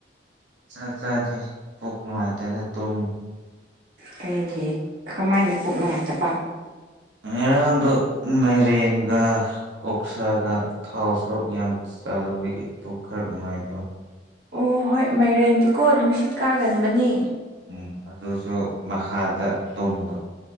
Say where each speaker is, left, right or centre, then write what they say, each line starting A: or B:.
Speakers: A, on the right; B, on the right.
A: ꯆꯥꯛ ꯆꯥꯗ꯭ꯔꯤ ꯄꯣꯛ ꯅꯨꯡꯉꯥꯏꯇꯦꯅ ꯇꯨꯝ
B: ꯀꯩꯒꯤ ꯀꯃꯥꯏꯅ ꯄꯨꯛ ꯅꯨꯡꯉꯥꯏꯇꯕ
A: ꯉꯔꯥꯡꯗꯣ ꯃꯥꯏꯔꯦꯟꯒ ꯑꯣꯛꯁꯥꯒ ꯊꯥꯎ ꯁꯔꯨꯛ ꯌꯥꯝ ꯆꯥꯂꯨꯕꯒꯤ ꯄꯨꯛ ꯈꯔ ꯅꯨꯡꯉꯥꯏꯗꯕ
B: ꯑꯣ ꯍꯣꯏ ꯃꯥꯏꯔꯦꯟꯗꯤꯀꯣ ꯅꯨꯡꯁꯤꯠ ꯀꯥꯒꯟꯕꯅꯤ
A: ꯎꯝ ꯑꯗꯨꯁꯨ ꯃꯈꯥꯗ ꯇꯨꯝꯕ